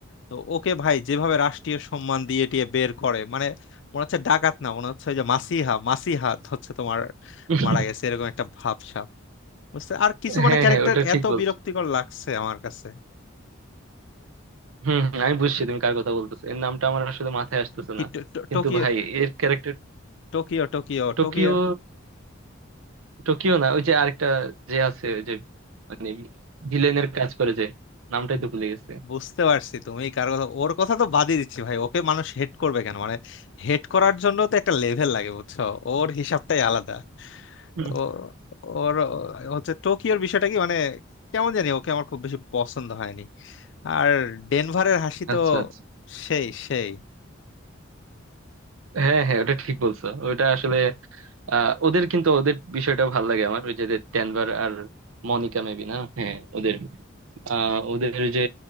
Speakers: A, on the left; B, on the right.
A: তো ওকে ভাই যেভাবে রাষ্ট্রীয় সম্মান দিয়ে টিয়ে বের করে মানে মনে হচ্ছে ডাকাত না মনে হচ্ছে ওই যে মাসিহা মাসিহা হচ্ছে তোমার
B: <laughs>
A: মারা গেছে এরকম একটা ভাব বুঝতে আর কিছু মানে
B: হ্যাঁ
A: ক্যারেক্টার
B: হ্যাঁ ওটা ঠিক
A: এত
B: বলছো
A: বিরক্তিকর লাগছে আমার কাছে
B: হম হম, আমি বুঝছি তুমি কার কথা বলতেছো এর নামটা আমার আসলে মাথায় আসতেছে
A: কি
B: না
A: টো- টো-
B: কিন্তু
A: টোকিও
B: ভাই এর ক্যারেক্টার
A: Tokyo Tokyo
B: টোকিও
A: Tokyo
B: টোকিও না ওই যে আরেকটা যে আছে ওই যে মানে ভিলেনের কাজ করে যে নামটাই
A: উম,
B: তো ভুলে গেছে
A: বুঝতে পারছি তুমি কার কথা ওর কথা তো বাদই দিচ্ছি ভাই ওকে মানুষ হেড করবে কেন মানে হেড করার জন্য তো একটা লেভেল লাগে বুঝছো ওর হিসাবটাই আলাদা
B: হুম।
A: ও ওর ও- হচ্ছে টোকিওর বিষয়টা কি মানে কেমন জানি ওকে আমার খুব বেশি পছন্দ হয়নি আর ডেনভারের হাসি তো
B: আচ্ছা আচ্ছা
A: সেই সেই
B: হ্যাঁ হ্যাঁ ওটা ঠিক বলছো ওটা আসলে আহ ওদের কিন্তু ওদের বিষয়টা ভালো লাগে আমার ওই যে ডেনভার আর মনিকা মেবি না হ্যাঁ ওদের আহ ওদের যে